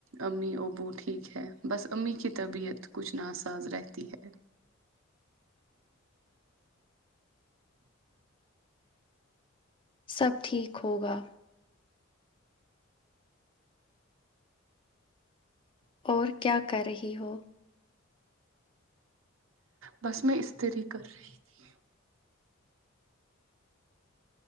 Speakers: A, on the right (about 70°); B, on the left (about 25°).
A: امی ابو ٹھیک ہے بس امی کی طبیعت کچھ ناساز رہتی ہے
B: سب ٹھیک ہوگا اور کیا کر رہی ہو
A: بس میں اس طریح کر رہی تھی